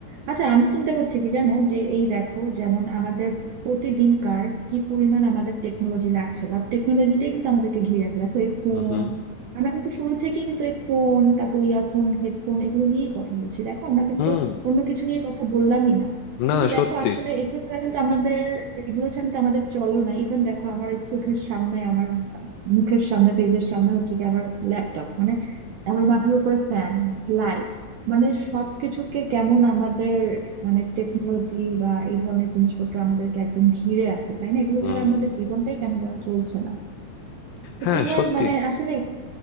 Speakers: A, on the right; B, on the left.
A: আচ্ছা আমি চিন্তা করছি কি জানো যে এই দেখো যেমন আমাদের প্রতিদিনকার কি পরিমাণ আমাদের টেকনোলজি লাগছে বা টেকনোলজিটাই কিন্তু আমাদেরকে ঘিরে আছে দেখো এই ফোন
B: হুম হুম
A: আমরা কিন্তু শুরু থেকে কিন্তু এই ফোন তারপর ইয়ারফোন হেডফোন এগুলো নিয়েই কথা বলছি দেখো আমরা কিন্তু
B: হুম
A: অন্য কিছু নিয়ে কথা বললামই না
B: না
A: কিন্তু
B: সত্যি
A: দেখো আসলে এগুলো ছাড়া কিন্তু আমাদের এগুলো ছাড়া কিন্তু আমাদের চলো না ইভেন দেখো আমার এই চোখের সামনে আমার আহ, মুখের সামনে পেজের সামনে হচ্ছে কি আবার ল্যাপটপ মানে আমার মাথার উপরে ফ্যান লাইট মানে সবকিছুকে কেমন আমাদের মানে টেকনোলজি বা এই ধরনের জিনিসপত্র আমাদেরকে একদম ঘিরে আছে তাই না এগুলো
B: হুম
A: ছাড়া আমাদের জীবনটাই কেন যাওয়া চলছে না তো
B: হ্যাঁ
A: তোমার
B: সত্যি
A: মানে আসলে